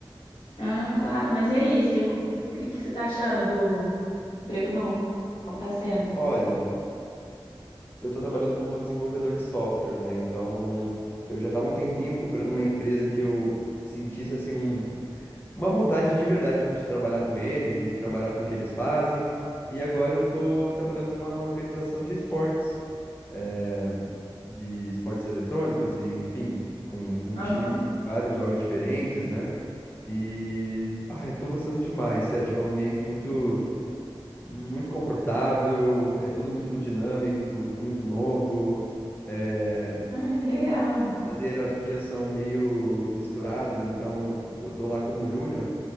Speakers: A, on the left (about 65°); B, on the left (about 20°).
A: Ah, claro, mas e aí? Você, co- o que que você tá achando do emprego novo? Como tá sendo?
B: Olha, eu tô trabalhando como desenvolvedor de software, né, então eu já tava um tempinho procurando uma empresa que eu sentisse, assim, um uma vontade de verdade de trabalhar com eles, de trabalhar com o que eles fazem. E agora eu tô trabalhando numa organização de esportes, eh, de esportes eletrônicos e, enfim, com, com um
A: Aham.
B: time, vários jogos diferentes, né? E, ai, tô gostando demais, sério, tipo, é um ambiente muito, muito confortável, é tudo muito dinâmico, tudo muito novo, eh,
A: Ah, que legal.
B: as hierarquias são meio misturadas, então eu tô lá como júnior